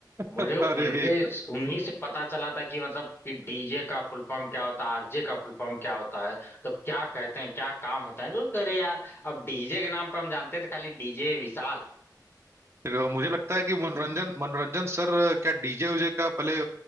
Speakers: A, on the left; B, on the right.
A: मुझे
B: अरे
A: उनके उन्हीं से पता चला था कि मतलब कि डीजे का फुल फॉर्म क्या होता है आरजे का फुल फॉर्म क्या होता है तो क्या कहते हैं क्या काम होता है तो अरे यार अब डीजे के नाम पे हम जानते थे खाली डीजे विशाल
B: तो मुझे लगता है कि मनोरंजन मनोरंजन सर क्या डीजे उजे का पहले